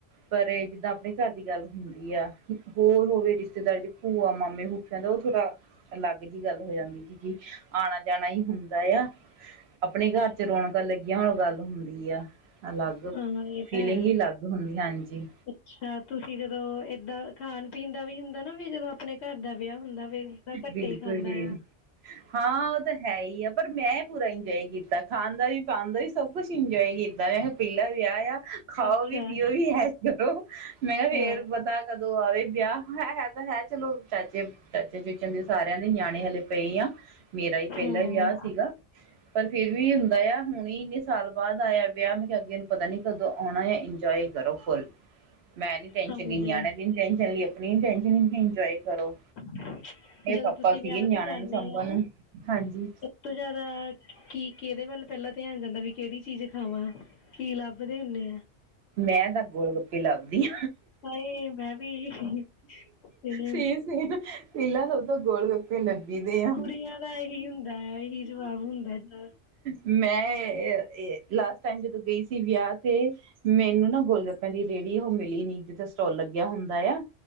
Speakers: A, on the right; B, on the left.
A: ਪਰ ਜਿੱਦਾਂ ਆਪਣੇ ਘਰ ਦੀ ਗੱਲ ਹੁੰਦੀ ਆ ਹੋਰ ਹੋਵੇ ਰਿਸ਼ਤੇਦਾਰ ਭੂਆ ਮਾਮੇ ਫਫਾ ਦਾ ਉਹ ਥੋੜਾ ਅਲੱਗ ਜਿਹੀ ਗੱਲ ਹੋ ਜਾਂਦੀ ਸੀ ਕਿ ਆਣਾ ਜਾਣਾ ਹੀ ਹੁੰਦਾ ਆ ਆਪਣੇ ਘਰ ਚ ਰੌਣਕਾਂ ਲੱਗੀਆਂ ਹੋਣ ਗੱਲ ਹੁੰਦੀ ਆ। ਅਲੱਗ
B: ਹਾਂ ਇਹ
A: ਫੀਲਿੰਗ
B: ਤਾਂ ਹੈ।
A: ਹੀ ਅਲੱਗ ਹੁੰਦੀ ਹਾਂਜੀ।
B: ਅੱਛਾ ਤੁਸੀਂ ਜਦੋਂ ਏਦਾਂ ਖਾਣ ਪੀਣ ਦਾ ਵੀ ਹੁੰਦਾ ਨਾ ਵੀ ਜਦੋਂ ਆਪਣੇ ਘਰ ਦਾ ਵਿਆਹ ਹੁੰਦਾ ਫਿਰ ਤਾਂ ਬੰਦਾ ਘੱਟੇ
A: ਬਿਲਕੁਲ
B: ਹੀ ਖਾਂਦਾ
A: ਜੀ ਬਿਲ
B: ।
A: ਹਾਂ ਉਹ ਤਾਂ ਹੈ ਹੀ ਆ ਪਰ ਮੈਂ ਪੂਰਾ ਇੰਜੋਏ ਕੀਤਾ। ਖਾਣ ਦਾ ਵੀ ਪਾਣ ਦਾ ਵੀ ਸਭ ਕੁਛ ਇੰਜੋਏ ਕੀਤਾ ਮੈਂ ਕਿਹਾ ਪਹਿਲਾ ਵਿਆਹ ਆ ਖਾਓ
B: ਅੱਛਾ
A: ਵੀ ਪੀਓ ਵੀ ਇਸ ਇਸ ਕਰੋ ਮੈਂ ਕਿਹਾ ਫੇਰ
B: ਹਾਂ
A: ਕੀ ਪਤਾ ਕਦੋਂ ਆਵੇ। ਵਿਆਹ ਹੈ ਹੈ ਤਾਂ ਹੈ ਚਲੋ ਚਾਚੇ ਚਾਚੇ ਚੂਚਨ ਦੇ ਸਾਰਿਆਂ ਦੇ ਨਿਆਣੇ ਹਲੇ ਪਏ ਆ। ਮੇਰਾ ਹੀ ਪਹਿਲਾਾਂ
B: ਹਾਂ।
A: ਵਿਆਹ ਸੀਗਾ। ਪਰ ਫੇਿਰ ਵੀ ਹੁੰਦਾ ਆ ਹੁਣ ਹੀ ਇੰਨੇ ਸਾਲ ਬਾਅਦ ਆਇਆ ਵਿਆਹ ਮੈਂ ਕਿਹਾ ਉਹਨਾਂ ਨੇ ਪਤਾ ਨੀ ਕਦੋਂ ਆਉਣਾ ਆ ਇੰਜੋਏ ਕਰੋ ਫੁੱਲ ਮੈਂ ਨੀ ਟਸ਼ਨ
B: ਹਾਂਜੀ
A: ਲ ਨਿਆਣੇ ਦੀ ਨੀ ਟ ਆਪਣੀ ਨੀ ਟੈਸ਼ਨ ਲੈਂਦੀ ਇੰਜੋਏ ਕਰੋ।
B: ਹੂੰ
A: ਮੇਰੇ
B: ਜਦੋਂ
A: ਪਾਪਾ
B: ਤੁਸੀਂ
A: ਸੀਗੇ
B: ਵਿਆਹ
A: ਨਿਆਣਿਆਂ
B: ਤੇ ਜਾਂਦੇ
A: ਨੂੰ ਸਾਂਭਣ
B: ਆ
A: ਨੂੰ ਹਾਂਜੀ।
B: ਸਭ ਤੋਂ ਜਿਆਦਾ ਕੀ ਕਿਹਦੇ ਵੱਲ ਪਹਿਲਾਂ ਧਿਆਨ ਜਾਂਦਾ ਵੀ ਕਿਹੜੀ ਚੀਜ਼ ਖਾਵਾਂ ਕੀ ਲੱਭਦੇ ਹੁੰਦੇ ਆ।
A: ਮੈਂ ਤਾਂ ਗੋਲ ਗੱਪੇ ਲੱਗਦੀ।
B: ਹਾਏ ਮੈਂ ਵੀ ਤੇ
A: ਸੇਮ ਸੇਮ,,, ਪਹਿਲਾ ਸਭ ਤੋਂ ਗੋਲ ਗੱਪੇ ਲੈ- ਬਹਿੰਦੇ ਆ।
B: ਕੁੜੀਆਂ ਦਾ ਇਹੀ ਹੁੰਦਾ ਆ ਇਹੀ ਜਵਾਬ ਹੁੰਦਾ ਆ।
A: ਮੈਂ ਲਾਸਟ ਟਾਈਮ ਜਦੋਂ ਗਈ ਸੀ ਵਿਆਹ ਤੇ ਮੈਨੂੰ ਨਾ ਗੋਲ ਗੱਪਿਆਂ ਦੀ ਰੇਹੜੀ ਉਹ ਮਿਲੀ ਨੀ ਜਿੱਥੇ ਸਟੋਲ ਲੱਗਿਆ ਹੁੰਦਾ ਆ।